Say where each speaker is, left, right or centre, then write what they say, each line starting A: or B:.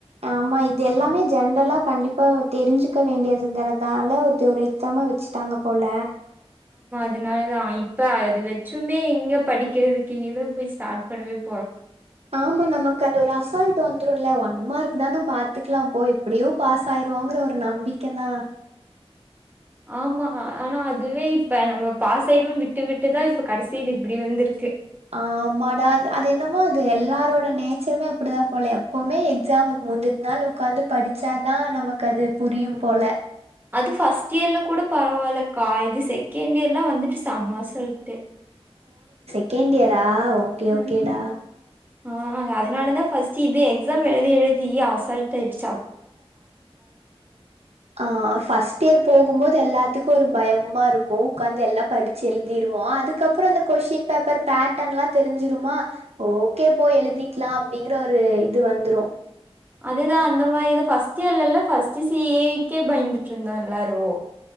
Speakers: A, on the right; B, on the right.
A: ஆமா இது எல்லாமே ஜென்ரலா கண்டிப்பா தெரிஞ்சுக்க வேண்டியதுங்கறதால இதுவரைக் <unintelligible> வச்சுட்டாங்க போல
B: அதனால தா இப்போ அது வெச்சுமே எங்கே படிக்கிறதுக் இனி தா போய் ஸ்டாட் பண்ணவேப்
A: ஆமா நமக்கு அது ஒரு அசால்ட் வந் ந்துரும்ல ஒன்மார்க் அதான பாத்துக்கலாம் போ எப்படியோ பாஸ் வோங்கற ஒரு நம்பிக்கதான்
B: ஆமா ஆனா அதுவே இப்ப நம்ம பாசாய்ருவோம்னு விட்டு விட்டுதான் இப்ப கடைசில இப்படி வந்திருக்கு
A: ஆமாடா அது என்னமோ அது எல்லாரோட நேச்சருமே அப்படிதான் போல எப்பவுமே எக்ஸாமுக்கு முந்துநாள் உக்காந்து படிச்சாதான் நமக்கு அது புரியும் போல
B: அது ஃபர்ஸ்ட் இயர்ல கூட பரவால்லக்கா இது செகண்ட் இயர்லாம் வந்துட்டு செம்மா அசால்ட்டு
A: செகன்ட் இயர் ஆ ஆ ஓகே ஓகேடா
B: ம் ஆ அதனாலதான் ஃபர்ஸ்ட் இது எக்ஸாம் எழுதி எழுதி அசால்ட ஆயிருச்சு
A: ஆ ஃபஸ்ட் இயர் போகும்போது எல்லாத்துக்கும் ஒரு பயமா இருக்கும் உக்காந்து எல்லாம் படிச்சு எழுதிருவோம் அதுக்கப்புறம் அந்த கொஷ்டின் பேப்பர் பேட்டர்ன் எல்லாம் தெரிஞ்சுருமா ஓகே போய் எழுதிக்கலாம் அப்படிங்கற ஒரு இது வந்துரும்
B: அதேதான் அந்த மாரி இத ஃபர்ஸ்ட் இயர்ல இல்ல ஃபஸ்ட் சிஏ ஏக்கே பயந்துட்டு இருந்தோம் எல்லாரும்